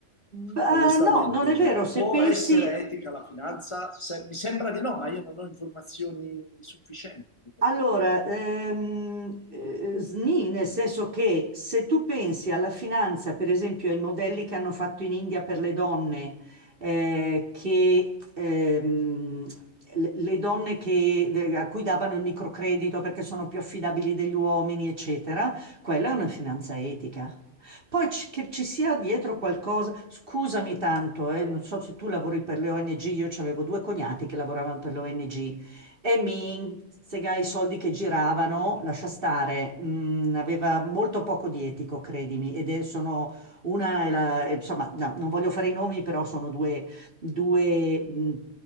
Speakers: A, on the right; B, on the left.
A: Beh,
B: onestamente.
A: no, non è vero,
B: Cioè,
A: se
B: può
A: pensi
B: essere etica la finanza? Se- mi sembra di no, ma io non ho informazioni sufficienti per
A: Allora,
B: poter...
A: ehm, eh, SNI, nel senso che se tu pensi alla finanza, per esempio ai modelli che hanno fatto in India per le donne, eh, che, ehm, le le donne che- de- a cui davano il microcredito perché sono più affidabili degli uomini, eccetera, quella è una finanza etica. Poi ci- che ci sia dietro qualcosa, scusami tanto, eh, non so se tu lavori per le ONG, io avevo due cognati che lavoravano per le ONG e mi sega i soldi che giravano, lascia stare, mm, aveva molto poco di etico, credimi, ed è, sono una, è la- è- insomma, no, non voglio fare i nomi, però sono due, due, mm,